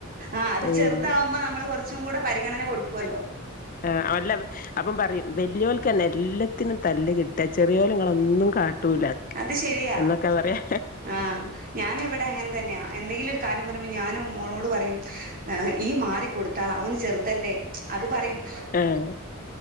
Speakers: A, on the right (about 45°); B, on the left (about 40°).
A: ആഹ് അത്
B: ഉം
A: ചെറുതാവുമ്പോ നമ്മള് കൊറച്ചും കൂടെ പരിഗണന
B: <unintelligible>
A: കൊടുക്കുവല്ലോ
B: ആഹ് ഒല്ല <unintelligible> അപ്പം പറയും വെല്യോൽക്കെന്നെ എല്ലത്തിനും തല്ല് കിട്ടാ ചെറിയോലെങ്ങളൊന്നും കാട്ടൂല
A: അത് ശെരിയാ
B: എന്നൊക്കെ പറയാ
A: ആ ഞാനിവടെ അങ്ങൻ തെന്നയാ എന്തെങ്കിലൊര് കാര്യം പറയുമ്പോ ഞാനും മോളോട് പറയും ഇയ്യ് മാറി കൊട്ത്താള അവന് ചെർതല്ലേ അത് പറയും
B: ആഹ്